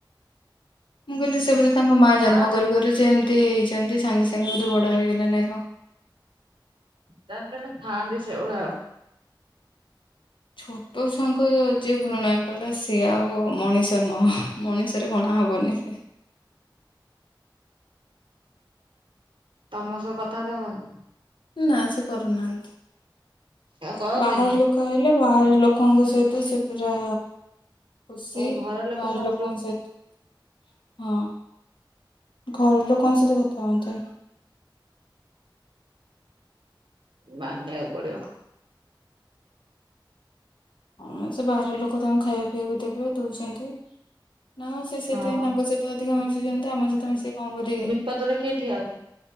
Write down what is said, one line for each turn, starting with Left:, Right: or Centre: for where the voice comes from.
Left: ମୁଁ କହିଲି ସେ ବୋଧେ ତାଙ୍କ ମା
Right: ଥାଆନ୍ତି
Left: ଜନ୍ମ କରୁ କରୁ ସେ ଏମତି ହେଇଛନ୍ତି ସାଙ୍ଗେ ସାଙ୍ଗେ ବୋଧେ ବଡ ହେଇଗଲେ ନା କ।
Right: ଜଣେ ଜଣେ ଥାଆନ୍ତି ସେଇ ଭଳିଆ ଓ।
Left: ଛୋଟ ଛଆଙ୍କୁ ଯିଏ ଘୃଣା କଲା ସେ ଆଉ ମଣିଷ ନୁହଁ। ମଣିଷରେ ଗଣା ହବନି ସେ।
Right: ତମ ସହ କଥାଆତା ଅରନି?
Left: ନାଁ ସେ କରୁନାହାନ୍ତି
Right: ଆଉ କରନ୍ତିନି
Left: ବାହାର ଲୋ କ ହେଲେ ବାହାର ଲୋକଙ୍କ ସହିତ ସେ ପୁରା ଖୁସି
Right: ଓ ଘର ଲୋକ
Left: ବାହାର
Right: ସାଥିରୁ
Left: ଲୋକଙ୍କ ସହିତ ହଁ। ଘର ଲୋକଙ୍କ ସହିତ କଥା ହୁଅନ୍ତି।
Right: ମାନିଆଉ ପଡ଼ିଅ।
Left: ହଁ ମ ସେ ବାହାର ଲୋକ ତାଙ୍କୁ ଖାଇବା ପିଇବାକୁ ଦେବେ ଦୋଉଛନ୍ତି ନାଁ ସେ ସେଇଥିପାଇଁ
Right: ହଁ
Left: ତାଙ୍କୁ ସେ ତ ଅଧିକ ମିଶୁତନ୍ତି ଆମ ସହିତ ମିଶି କଁ କରିଏ?
Right: ବିପଦରେ କିଏ ଠିଆ ହବ